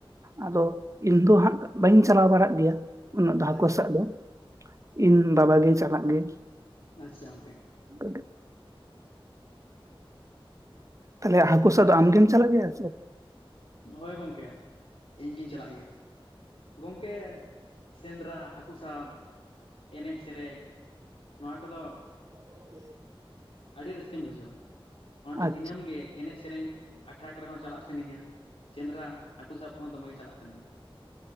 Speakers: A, on the right (about 35°); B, on the left (about 75°).
A: ᱟᱫᱚ ᱤᱧᱫᱚ ᱦᱟᱸᱜ ᱵᱟᱹᱧ ᱪᱟᱞᱟᱣ ᱵᱟᱲᱟᱜ ᱜᱮᱭᱟ ᱾ ᱩᱱᱟᱹᱜ ᱫᱚ ᱦᱟᱹᱠᱩ
B: ᱟᱪᱪᱷᱟ
A: ᱥᱟᱵ ᱫᱚ ᱤᱧ ᱵᱟᱵᱟ ᱜᱮᱭ ᱪᱟᱞᱟᱜ ᱜᱮᱭᱟ ᱾
B: ᱟᱪᱪᱷᱟ ᱜᱚᱝᱠᱮ ᱾
A: ᱚᱠᱟ ᱴᱷᱮᱼᱼ ᱛᱟᱦᱚᱞᱮ ᱦᱟᱹᱠᱩ ᱥᱟᱵ ᱫᱚ ᱟᱢᱜᱮᱢ ᱪᱟᱞᱟᱜ ᱜᱮᱭᱟ ᱥᱮ?
B: ᱦᱚᱭ ᱜᱚᱝᱠᱮ ᱤᱧ ᱜᱤᱧ ᱪᱟᱞᱟᱜ ᱜᱮᱭᱟ ᱾ ᱜᱚᱝᱠᱮ ᱥᱮᱸᱫᱽᱨᱟ ᱦᱟᱹᱠᱩ ᱥᱟᱵ ᱮᱱᱮᱡ ᱥᱮᱨᱮᱧᱼᱼ ᱱᱚᱣᱟ ᱠᱚᱫᱚᱼᱼ
A: ᱚᱦ ᱚ ᱩᱫᱤᱢ <unintelligible>
B: ᱟᱹᱰᱤ ᱨᱟᱹᱥᱠᱟᱹᱧ ᱵᱩᱡᱷᱟᱹᱣᱟ ᱚᱱᱟᱛᱮ
A: ᱟᱪᱪᱷᱟ
B: ᱫᱤᱱᱟᱹᱢ ᱜᱮ ᱮᱱᱮᱡ ᱥᱮᱨᱮᱧᱼᱼ ᱟᱠᱷᱲᱟ ᱠᱚᱨᱮ ᱦᱚᱸ ᱪᱟᱞᱟᱜ ᱥᱟᱹᱱᱟᱧᱟ, ᱥᱮᱸᱫᱽᱨᱟ ᱦᱟᱹᱠᱩ ᱥᱟᱵ ᱠᱚᱦᱚᱸ ᱫᱚᱢᱮ ᱜᱮ ᱪᱟᱞᱟᱜ ᱥᱟᱹᱱᱟᱧᱟ ᱾